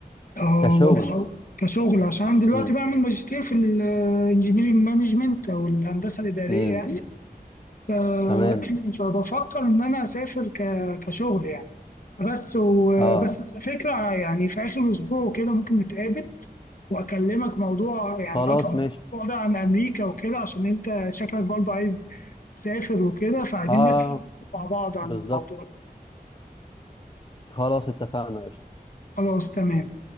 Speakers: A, on the left (about 60°); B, on the left (about 30°).
A: اه
B: كشغل
A: وانا صغير كشغل عشان أنا دلوقتي
B: امم
A: بعمل ماجستير في الانجينيرنج مانجمنت او الهندسه الاداريه
B: امم
A: يعني ف... <clears throat>
B: تمام
A: فبفكر ان انا اسافر ك... كشغل يعني بس وبس
B: اه
A: على فكره يعني في اخر اسبوع وكده ممكن نتقابل واكلمك موضوع يعني
B: خلاص
A: اكتر
B: ماشي
A: موضوع ده عن امريكا وكده عشان انت شكلك برضه عايز تسافر وكده فعايزين
B: اه
A: نبحث مع بعض عن
B: بالظبط
A: الموضوع ده
B: خلاص اتفقنا
A: خلاص تمام